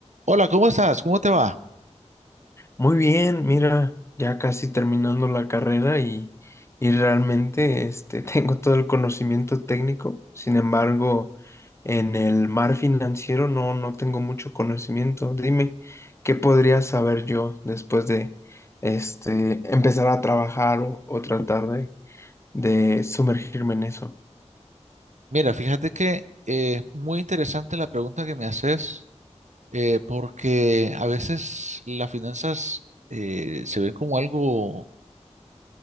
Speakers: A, on the right; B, on the left.
A: Hola, ¿cómo estás? ¿Cómo te va?
B: Muy bien, mira, ya casi terminando la carrera y, y realmente este, <laughs> tengo todo el conocimiento técnico, sin embargo, en el mar financiero no, no tengo mucho conocimiento. Dime, ¿qué podría saber yo después de este, empezar a trabajar o, o tratar de, de sumergirme en eso?
A: Mira, fíjate que es muy interesante la pregunta que me haces, eh, porque a veces las finanzas eh, se ven como algo,